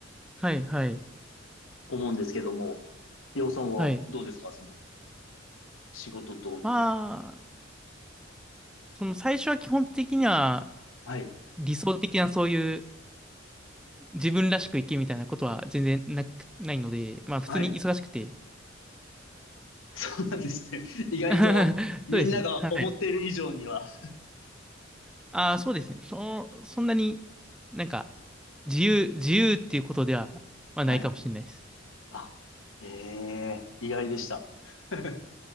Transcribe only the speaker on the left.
思うんですけども、洋さんはどうですかその
仕事と、
みたいな。
はい。
はい。<laughs> そうなんですね。<laughs> 意外とみんなが思っている以上には。
はい。
あ、ええ意外でした。<laughs>